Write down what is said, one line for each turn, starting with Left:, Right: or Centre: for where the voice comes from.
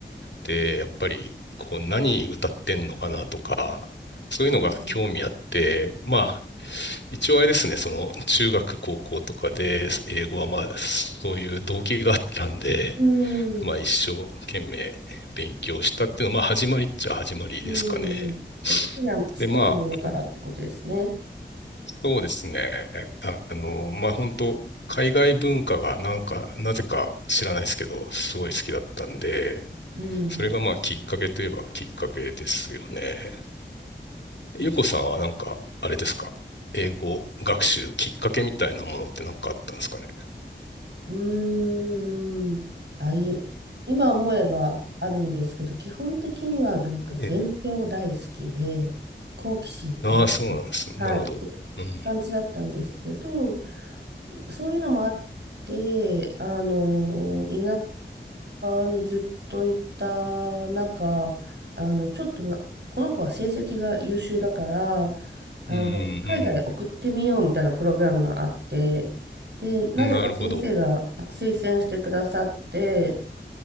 Left: で、やっぱりこう何歌ってんのかなとか、そういうのが興味あって、
Right: うん、
Left: まあ、一応あれですね、その中学、高校とかで英語はまあ、そういう動機があったんで、
Right: うん。
Left: まあ一生懸命勉強したっていうのは、まあ始まりっちゃ始まりですかね。
Right: うんで好きな、好きなものからってことですね。
Left: で、まあ、そうですね。ああの、まあ本当海外文化がなんか、なぜか知らないですけど、すごい好きだったんで、
Right: うん、
Left: それがまあきっかけといえばきっかけですよね。ゆうこさんはなんか、あれですか英語学習きっかけみたいなものってなんかあったんですかね
Right: うーん。あ、い、今思えばあるんですけど、基本的にはなんか勉強大好きで、
Left: ええ、
Right: 好奇心旺
Left: ああ、そうなんですね。
Right: はい、
Left: なるほど。
Right: って感じだったんですけど、
Left: うん。
Right: そういうのもあって、あの、田舎にずっといた中、あの、ちょっとな、この子は成績が優秀だから、あの、
Left: うん、
Right: 海外へ送ってみようみたいなプログラムがあって、で、なぜか先生が推薦してくださって、
Left: うん。なるほど。